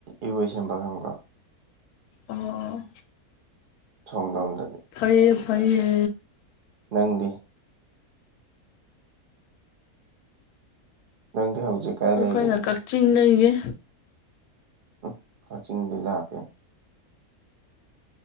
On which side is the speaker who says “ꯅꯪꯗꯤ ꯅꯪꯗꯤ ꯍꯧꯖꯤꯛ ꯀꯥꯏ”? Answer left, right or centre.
Right